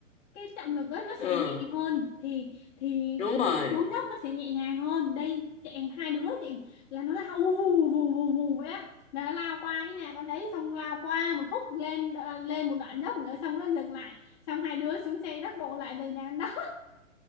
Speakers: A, on the left; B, on the left.
A: cái trọng lực á nó
B: ừ
A: sẽ nhẹ hơn thì thì
B: đúng
A: cái
B: rồi
A: việc xuống dốc nó sẽ nhẹ nhàng hơn đây chạy hai đứa chị là nó lao vù vù vù vù vù vậy á là nó lao qua cái nhà con đấy xong lao qua một khúc lên à, lên một đoạn dốc nữa xong nó dừng lại xong hai đứa xuống xe dắt bộ lại về nhà con đó